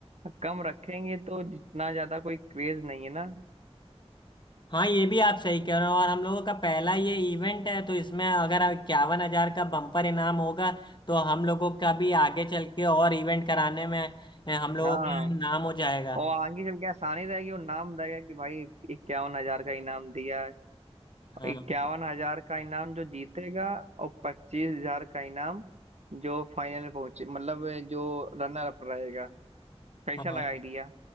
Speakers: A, on the right (about 80°); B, on the left (about 45°).
A: कम रखेंगे तो जितना ज्यादा कोई क्रेज नहीं है ना
B: हाँ ये भी आप सही कह रहे हो और हम लोगों का पहला ये इवेंट है तो इसमें अगर इक्यावन हजार का बम्पर इनाम होगा तो हम लोगों का भी आगे चल के और इवेंट कराने में अ, हम लोगों
A: हाँ
B: का नाम हो जाएगा
A: और आगे चल के आसानी रहेगी और नाम रहेगा कि भाई इक्यावन हजार का इनाम दिया
B: हाँ
A: इक्यावन हजार का इनाम जो जीतेगा और पच्चीस हजार का इनाम जो फाइनल में पहुंचे मतलब जो रनर अप रहेगा कैसा
B: हाँ
A: लगा आइडिया